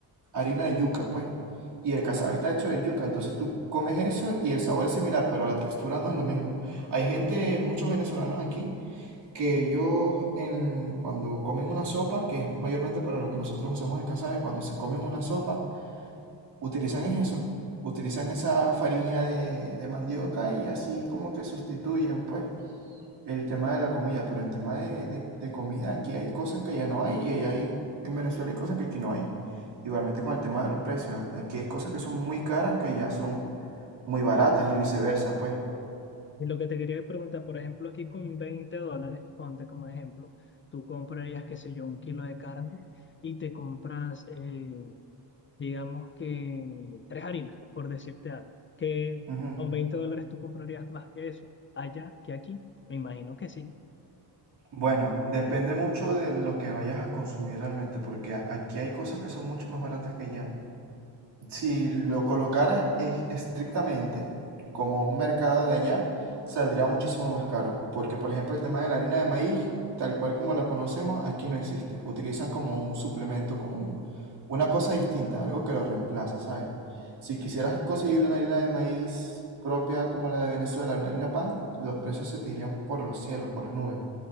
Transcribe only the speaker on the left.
Y lo que te quería preguntar, por ejemplo, aquí con 20 dólares, ponte como ejemplo, tú comprarías, qué sé yo, un kilo de carne y te compras, eh, digamos que tres harinas, por decirte algo, que
con 20 dólares tú comprarías más que eso, allá que aquí, me imagino que sí.